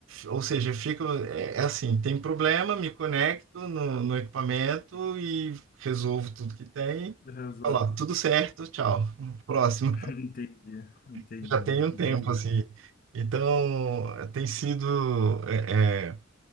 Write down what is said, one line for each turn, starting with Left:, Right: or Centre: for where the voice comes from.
Right: ou seja, fica, é, é assim, tem problema, me conecto no, no equipamento e resolvo tudo que tem.
Left: Resolve.
Right: Falo, tudo certo, tchau. Próximo.
Left: <laughs> Entendi,
Right: <laughs>
Left: entendi,
Right: Já tem um
Left: entendi.
Right: tempo, assim. Então, tem sido... é, é,